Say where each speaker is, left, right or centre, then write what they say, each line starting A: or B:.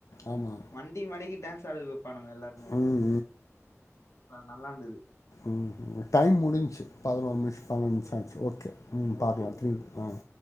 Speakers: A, on the left (about 80°); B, on the left (about 65°).
A: ஆமாம்
B: வண்டி மடக்கி டான்ஸ் ஆடு போனோம் எல்லாருமே
A: ம்
B: வேன் நல்லாந்துது
A: உம் டைம் முடிஞ்ச்சு பதினோரு நிமி பலநிமிஷமாச்சு ஓகே ம் பாக்கலாம்
B: ஓகே, ஓகே,
A: திர
B: ஓகே.
A: ஆஹ்